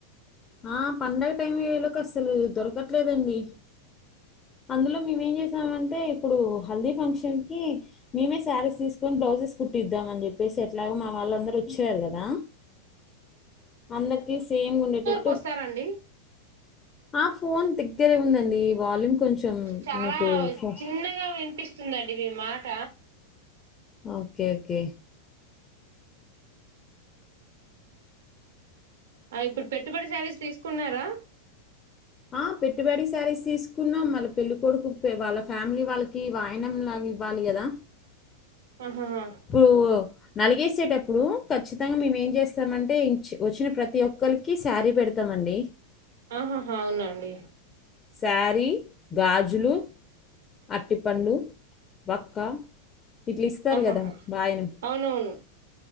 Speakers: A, on the left (about 25°); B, on the right (about 60°).
A: ఆ పండగ టైమ్ ఎలో అస్సలు దొరక్ ట్లేదండి అందులో మేమేం చేస సామంటే ఇప్పుడు హల్దీ ఫంక్షన్ కి మేమే శారీస్ తీసుకొని బ్లౌజెస్ కుట్టిద్దాం అని చెప్పేసి ఎట్లాగో మా వాళ్ళందరు వచ్చారు కదా అందరికి సేమ్ గుండేటట్టు
B: కొస్తారండి
A: ఆ ఫోన్ దగ్గరే ఉందండి వాల్యూమ్ కొంచెం
B: చాలా
A: మీకు ఫో
B: చిన్నగా వినిపిస్తుందం డి మీ మాట
A: ఓకే ఓకే
B: ఆ ఇప్పుడు పెట్టుబడి శారీస్ తీసుకున్నారా
A: ఆ పెట్టుబడి శారీస్ తీసుకున్నాం మళ్ళ పెళ్ళికొడుకు వాళ్ళ ఫ్యామిలీ వాళ్ళకి వాయనం లాగా ఇవ్వాలి కదా
B: ఆహాహా
A: ఇప్పుడు నలిగేసేటప్పుడు ఖచ్చితంగా మేము ఏం చేస్తామంటే ఇంచ్ వచ్చిన ప్రతి ఒక్కలికి శారీ పెడతామండి
B: ఆహాహా అవునా అండి
A: శారీ గాజులు అట్టిపండు వక్క ఇట్లు ఇస్తారు
B: ఆహాహా
A: కదా వాయనం
B: అవునవును